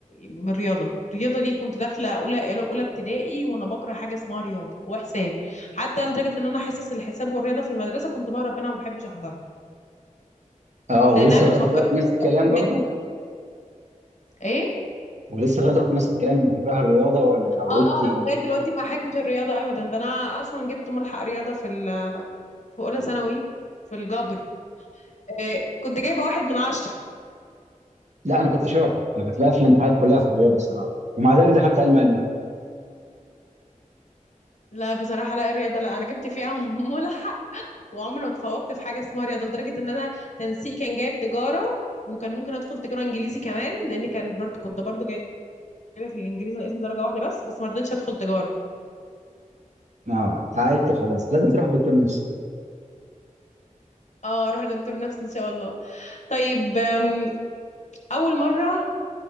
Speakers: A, on the left (about 60°); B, on the right (about 60°).
A: من الرياضه الرياضه دي كنت داخله اولى اولى ابتدائي وانا بكره حاجه اسمها رياضه وحساب حتى لدرجه ان انا حصص الحساب والرياضه في المدرسه كنت بهرب منها وما بحبش احضرها
B: اه ولسه
A: لانها بتفكرني
B: لغايه دلوقتي نفس
A: بالحاجات
B: الكلام برضه
A: دي. ايه
B: ولسه لغايه دلوقتي نفس الكلام انت بتكره الرياضه ولا اتعودت
A: اه أنا لغايه دلوقتي ما بحبش الرياضه ابدا ده انا اصلا جبت ملحق رياضه في ال في اولى ثانوي في الجبر إيه كنت جايبه واحد من عشرة
B: لا انا كنت شاطر انا كنت بقفل الامتحانات كلها في الرياضه بصراحه ومع ذلك دخلت علم علوم
A: لا بصراحه لا الرياضه لا انا جبت فيها <laughs> ملحق وعمري ما اتفوقت في حاجه اسمها رياضه لدرجه ان انا تنسيق كان جايب تجاره وكان ممكن ادخل تجاره انجليزي كمان لان كان برضه كنت برضه جايبه في الانجليزي ناقصني درجه واحده بس بس ما رضيتش ادخل تجاره
B: اه تعبت خلاص لازم تروح دكتور نفسي
A: اه اروح لدكتور نفسي ان شاء الله طيب أم، اول مره